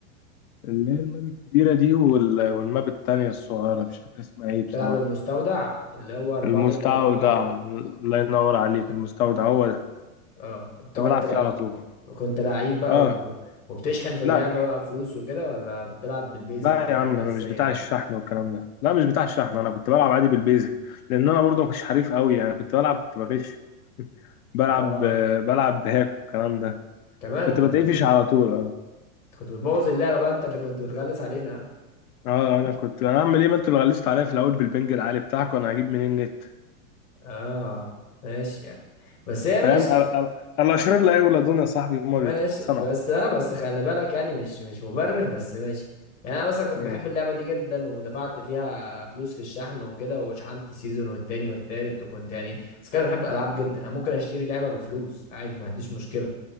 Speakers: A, on the left; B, on the left.
A: اللي هي الماب الكبيرة دي وال- والماب التانية الصغيرة مش فاكر اسمها ايه بصراحة
B: تلعب المستودع اللي هو أربعة
A: المستودع
B: ضد أربعة ده
A: الله ينور عليك المستودع هو ده
B: اه وبتقعد
A: كنت بلعب
B: تلعب
A: فيه على طول
B: كنت لعيب بقى
A: اه
B: و... وبتشحن في
A: لا
B: اللعبة بقى فلوس وكده ولا بتلعب بالبيزك
A: لا
B: بالحاجات
A: يا عم
B: الأساسية
A: انا مش بتاع الشحن والكلام ده لا مش بتاع الشحن انا كنت بلعب عادي بالبيزك لان انا برضه مش حريف قوي يعني كنت بلعب كنت بغش <laughs> بلعب
B: اه
A: آه، بلعب بهاك والكلام ده
B: كمان
A: كنت بتقفش
B: انت أنت
A: على طول اه
B: كنت بتبوظ اللعبة بقى انت اللي كنت بتغلس علينا
A: اه انا كنت اعمل ايه ما انتوا اللي غلستوا عليا في الاول بالبنج العالي بتاعك وانا هجيب منين النت
B: اه ماشي يعني بس هي
A: فاهم
B: ماشي
A: ال- ال- الاشرار لا يولدون يا صاحبي هما
B: ماشي
A: بيتصنعوا
B: بس لا بس خلي بالك يعني مش مش مبرر بس ماشي يعني انا مثلا كنت
A: ماشي
B: بحب اللعبه دي جدا ودفعت فيها فلوس في الشحن وكده وشحنت السيزون والتاني والتالت وكنت يعني بس كده بحب العاب جدا انا ممكن اشتري لعبه بفلوس عادي ما عنديش مشكله